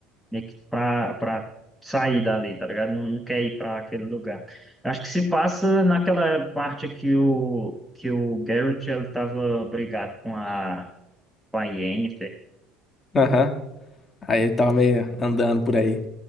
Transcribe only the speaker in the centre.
meio que pra, pra sair dali, tá ligado? Não, não quer ir pra aquele lugar. Acho que se passa naquela parte que o, que o Garrett ele tava brigado com a, com a Yennefer.